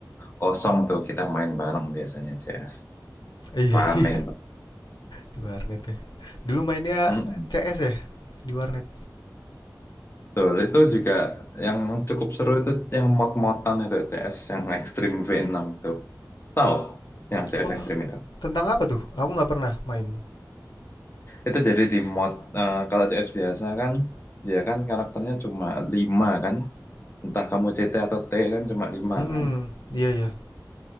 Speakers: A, on the left; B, on the left.
A: kosong tuh kita main bareng biasanya CS.
B: Iya
A: Rame
B: <laughs> iya di warnet ya. Dulu mainnya
A: banget.
B: CS ya di warnet.
A: Betul, itu juga yang cukup seru itu yang mod-modan itu CS yang Extreme V6 itu. Tahu yang CS
B: Oh,
A: Extreme itu.
B: tentang apa tuh? Aku nggak pernah main.
A: Itu jadi di mod eh, kalau CS biasa kan dia kan karakternya cuma 5 kan. Entah kamu CT atau T kan cuma 5
B: Hmm,
A: kan.
B: iya ya.